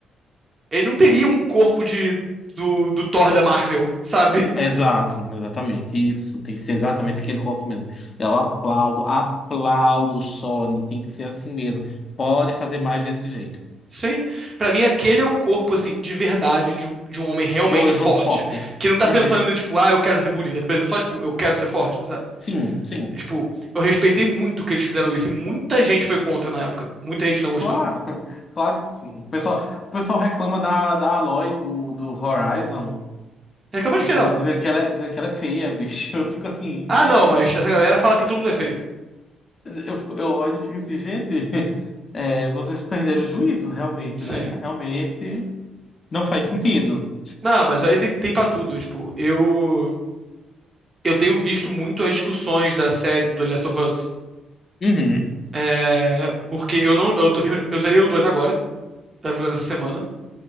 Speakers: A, on the right; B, on the left.
A: Ele não teria um corpo de, do, do Thor da Marvel, <laughs> sabe?
B: Exato, exatamente. Isso, tem que ser exatamente aquele corpo mesmo. Eu aplaudo, aplaudo, o Sony, tem que ser assim mesmo. Pode fazer mais desse jeito.
A: Sim. Pra mim, aquele é o corpo, assim, de verdade, de um, de um homem realmente
B: De um esofote.
A: forte. Que não tá
B: Uhum.
A: pensando, tipo, ah, eu quero ser bonita, Tá pensando só, tipo, eu quero ser forte, sabe?
B: Sim, sim.
A: Tipo, eu respeitei muito que eles fizeram isso e muita gente foi contra na época. Muita gente não gostou.
B: Claro, <laughs> claro que sim. O pessoal, o pessoal reclama da, da Aloy do, do Horizon.
A: Reclama
B: Tipo,
A: de quê, não?
B: dizendo que ela, é- dizendo que ela é feia, bicho. <laughs> Eu fico assim,
A: Ah,
B: gente.
A: não, mas essa galera fala que todo mundo é feio.
B: Eu, fico- eu olho e fico assim, gente. <laughs> é, vocês perderam o juízo, realmente,
A: Sim.
B: né? Realmente não faz sentido.
A: Não, mas aí tem, tem pra tudo. é, Tipo, eu, eu tenho visto muito as discussões da série do The Last of Us.
B: Uhum,
A: É, porque eu não. Eu, tô, termin- eu zerei o 2 agora, tava jogando essa semana.